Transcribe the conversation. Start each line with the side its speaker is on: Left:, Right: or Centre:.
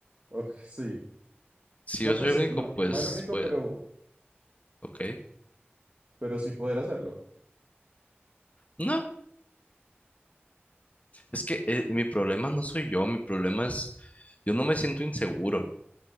Right: ok, <laughs> sí.
Left: si
Right: No,
Left: yo soy
Right: pues
Left: el
Right: eh,
Left: único,
Right: no,
Left: pues,
Right: no el único,
Left: pues,
Right: pero,
Left: ok.
Right: pero sí poder hacerlo.
Left: No. Es que eh, mi problema no soy yo, mi problema es, yo no me siento inseguro,